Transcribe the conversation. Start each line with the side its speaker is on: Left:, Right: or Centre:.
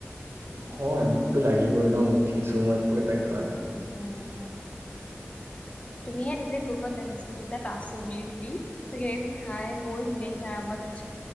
Right: নহয় ভোকতো লাগিবই ন', উঠিছোঁ‌ মই একো এটা খোৱা নাই।
Left: অ'।
Right: <inaudible>
Left: তুমিহে নিজে গ্ৰুপত মেছেজটো দিছা। আছোঁ বুলি ফ্ৰী। তাকে এই খাই বই ধুনীয়াকে আৰামত।